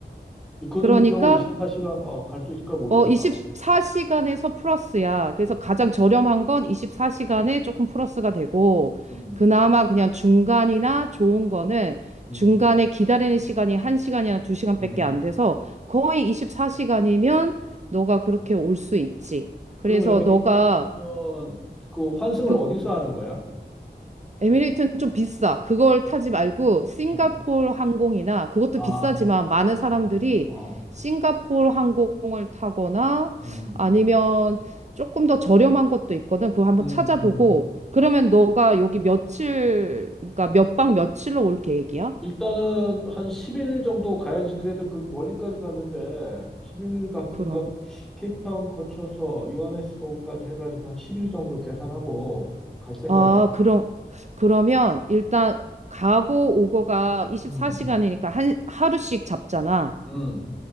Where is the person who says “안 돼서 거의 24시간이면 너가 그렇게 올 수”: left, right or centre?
Right